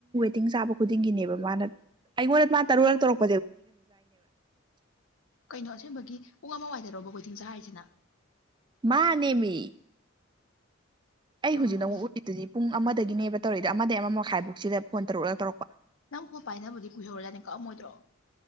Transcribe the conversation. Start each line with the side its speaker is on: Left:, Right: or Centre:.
Right: ꯇꯤꯡ ꯆꯥꯕ ꯈꯨꯗꯤꯡꯒꯤꯅꯦꯕ ꯃꯥꯅ ꯑꯩꯉꯣꯟꯗ ꯃꯥ ꯇꯔ ꯇꯧꯔꯛꯄ
Left: ꯀꯩꯅꯣ ꯑꯁꯦꯡꯕꯒꯤ ꯄꯨꯡ ꯑꯃ ꯋꯥꯏꯗꯔꯕ ꯀꯣꯏꯆꯤꯡꯆꯥꯥ ꯍꯥꯏꯔꯤꯁꯤꯅ
Right: ꯃꯥꯅꯦꯃꯤ ꯑꯩ
Left: ꯑꯣ
Right: ꯍꯧꯖꯤꯛ ꯑꯃꯨꯛ ꯎꯔꯤꯗꯨꯗꯤ ꯄꯨꯡ ꯑꯃꯗꯒꯤꯅꯦꯕ ꯇꯧꯔꯏꯣ ꯑꯃ ꯑꯃ ꯃꯈꯥꯏꯐꯧꯛꯁꯤꯗ ꯐꯣꯟ ꯇꯧꯔꯛꯂꯒ ꯇꯧꯔꯛꯄ
Left: ꯅꯪ ꯍꯣ ꯄꯥꯏꯅꯕꯕꯨꯗꯤ ꯀꯨꯍꯧꯔ ꯌꯥꯅꯤꯀꯣ ꯑꯃꯣꯏꯗ꯭ꯔꯣ